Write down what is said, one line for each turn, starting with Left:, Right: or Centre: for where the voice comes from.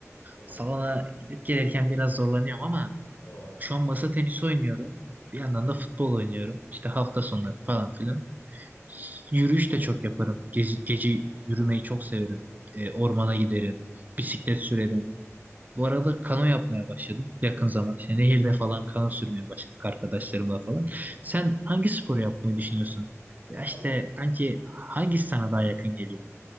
Left: Evet.
Right: Salona gidip gelirken biraz zorlanıyorum ama
Left: Doğru.
Right: şu an masa tenisi oynuyorum. Bir yandan da futbol oynuyorum. İşte hafta
Left: Evet.
Right: sonları falan filan. Yürüyüş de çok yaparım. Gece, gece yürümeyi çok severim. E,
Left: Evet.
Right: ormana giderim. Bisiklet sürerim. Bu arada kano yapmaya başladım yakın zaman. İşte nehirde falan kano sürmeye başladık arkadaşlarımla falan. Sen hangi sporu yapmayı düşünüyorsun? Ya işte
Left: Valla
Right: kanki hangisi sana daha yakın geliyor?